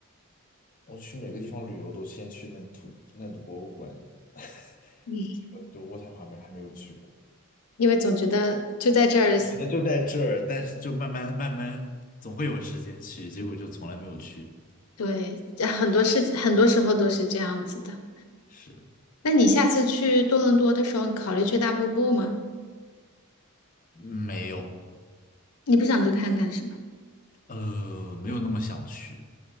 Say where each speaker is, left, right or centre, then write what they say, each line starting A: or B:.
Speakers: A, on the left; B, on the left.
A: 我去每个地方旅游都先去那图那的博物馆，<laughs>
B: 嗯，
A: 结果就渥太华没还没有去过。
B: 因为总觉得就在这儿，
A: 我觉哦得就在这儿，但是就慢慢慢慢，总会有时间去，结果就从来没有去。
B: 对，<laughs> 很多事情很多时候都是这样子的。
A: 是，
B: 那你下次去多伦多的时候，你考虑去大瀑布吗？
A: 没有，
B: 你不想去看看是吧？
A: 呃，没有那么想去。